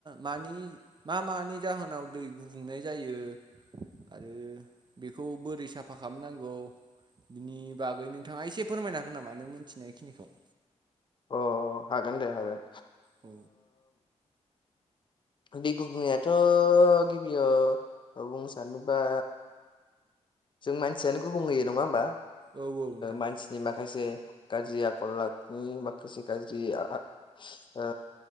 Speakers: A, on the right (about 40°); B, on the left (about 40°).
A: मानि मा मानि नि जाहोनाव दै गुबुंनाय जायो आरो बेखौ बोरै साफा खालामनांगौ बिनि बागै नोंथाङा एसे फोरमायनो हागोन नामा नों मिथिनाय बेखिनिखौ
B: अ हागोन दे हागोन
A: औ
B: दै गुबुंनायाथ' गिबियाव बुंनो सानोबा जों मानसियानो गुबुंहोयो नङा होमबा
A: औ औ नोंथां
B: मानसिनि माखा माखासे गाज्रि आखल आखुनि माखासे गाज्रि ओ